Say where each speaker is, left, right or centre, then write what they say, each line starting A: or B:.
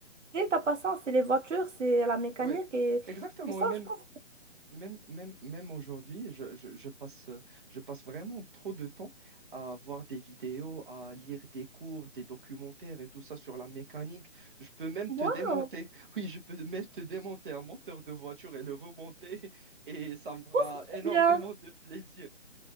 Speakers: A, on the right (about 75°); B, on the right (about 45°).
A: c'est ta passion, c'est les voitures, c'est la mécanique
B: ouais,
A: et
B: exactement.
A: tout ça,
B: Et même.
A: je pense.
B: Même, même, même aujourd'hui, je, je, je passe, euh, je passe vraiment trop de temps à voir des vidéos, à lire des cours, des documentaires et tout ça sur la mécanique. Je peux même
A: Ouais,
B: te démonter. <laughs> Oui, je peux même te démonter un moteur de voiture et le remonter <laughs> et ça me fera
A: Oh, c'est trop
B: énormément
A: bien.
B: de plaisir.